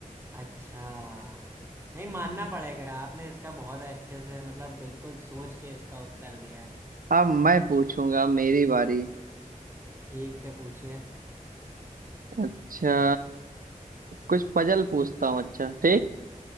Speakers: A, on the right; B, on the right.
A: अच्छा नहीं मानना पड़ेगा आपने इसका बहुत अच्छे से मतलब बिल्कुल सोच के इसका उत्तर दिया है
B: अब मैं पूछूंगा अब मेरी बारी
A: ठीक है पूछिए
B: अच्छा कुछ पजल पूछता हूँ अच्छा ठीक